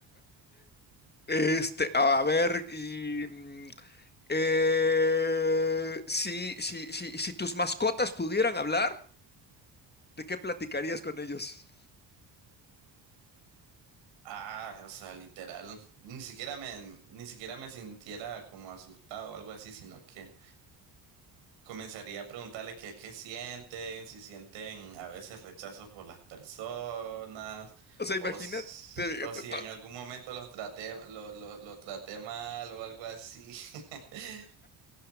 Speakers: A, on the left; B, on the right.
A: Este, a ver, y mm, eh, si, si, si, si tus mascotas pudieran hablar, ¿de qué platicarías con ellos?
B: Ah, o sea, literal, ni siquiera me, ni siquiera me sintiera como asustado o algo así, sino que comenzaría a preguntarle qué es que sienten, si sienten a veces rechazo por las personas,
A: O sea,
B: o,
A: imagínate.
B: s-
A: eh,
B: o si
A: ta-
B: en algún momento los traté, lo, lo, lo traté mal o algo así. <laughs>